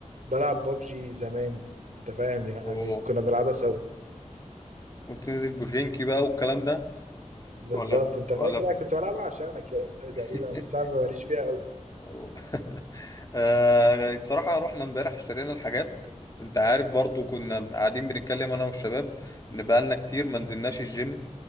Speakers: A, on the right; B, on the left.
A: بلعب بابجي زمان انت فاهم يعني
B: وكنت
A: كنا بنلعبها سوا
B: تنزل بوجينكي بقى والكلام ده
A: بالظبط
B: ولا
A: انت
B: ولا
A: فاكر انا كنت بلعبها عشانك يعني
B: <laughs>
A: تقريبا بس انا ماليش فيها قوي
B: أو- <laughs> آه، الصراحة رحنا امبارح اشترينا الحاجات انت عارف برضو كنا قاعدين بنتكلم انا والشباب ان بقالنا كتير ما نزلناش الجيم